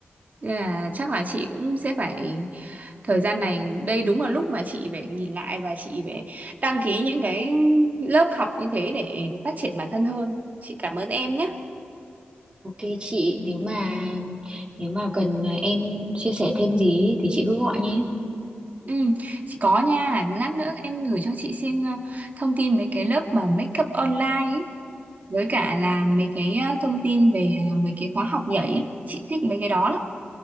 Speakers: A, on the right; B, on the right.
A: nên là chắc là chị cũng sẽ phải thời gian này đây đúng là lúc mà chị phải nhìn lại và chị phải đăng ký những cái lớp học như thế để phát triển bản thân hơn chị cảm ơn em nhé
B: ok chị nếu mà nếu mà cần à, em chia sẻ thêm gì thì chị cứ gọi nhé
A: Ừ, chị có nha, lát nữa em gửi cho chị xin ờ, thông tin mấy cái lớp mà make up online ý, với cả là mấy cái ờ, thông tin về ờ, mấy cái khóa học nhảy ý. Chị thích mấy cái đó lắm.